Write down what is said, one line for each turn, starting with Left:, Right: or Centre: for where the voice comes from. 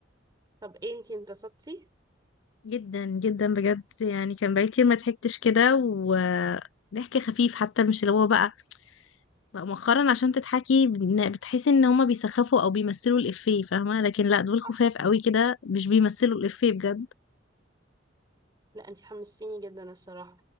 Right: طب ايه انتي انبسطتي
Left: جدا جدا بجد يعني كان بقالي كتير ما ضحكتش كده وضحك خفيف حتى مش اللي هو بقى بقى مؤخرا عشان تضحكي بن- بتحسي ان هما بيسخفوا او بيمثلوا الافيه فاهمة لكن لا دول خفاف
Right: صح
Left: قوي كده مش بيمثلوا الافيه بجد
Right: لا انتي حمستيني جدا الصراحة